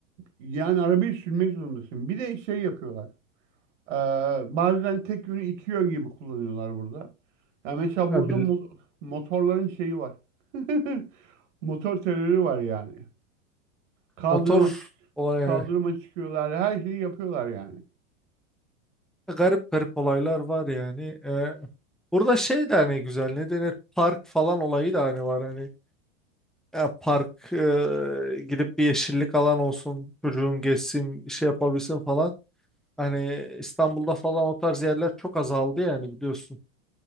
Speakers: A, on the right; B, in the centre.
A: yani arabayı sürmek zorundasın. Bir de şey yapıyorlar. Ee, bazen tek yönü iki yön gibi kullanıyorlar burada. Yani mesela
B: Ya
A: burada
B: bil-
A: mo- motorların şeyi var. <laughs> Motor terörü var yani. Kaldırıma
B: motor
A: çık
B: olay
A: kaldırıma çıkıyorlar. Her şeyi yapıyorlar yani.
B: Garip garip olaylar var yani. Ee, burada şey de hani güzel ne denir park falan olayı da hani var hani. Ya park e, gidip bir yeşillik alan olsun çocuğun geçsin şey yapabilsin falan. Hani İstanbul'da falan o tarz yerler çok azaldı yani biliyorsun.